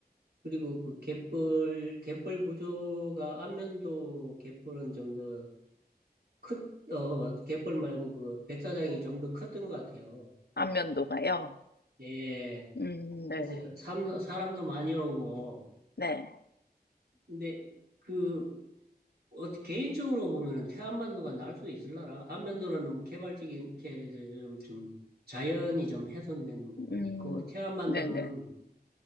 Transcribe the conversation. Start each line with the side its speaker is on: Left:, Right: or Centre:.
Right: 그리고 그 갯벌, 갯벌 구조가, 안면도 갯벌은 좀 더 컸, 어, 갯벌 말고 그 백사장이 좀 더 컸던 것 같아요.
Left: 안면도가요?
Right: 예.
Left: 음, 네.
Right: 그래서 삼- 사람도 많이 오고,
Left: 네.
Right: 근데, 그 어, 개인적으로 보면은 태안만도가 나을 수도 있을라나 안면도는 너무 개발적인 이렇게 좀, 좀 자연이 좀 훼손된 부분이
Left: 음,
Right: 있고 태안만도는
Left: 네네.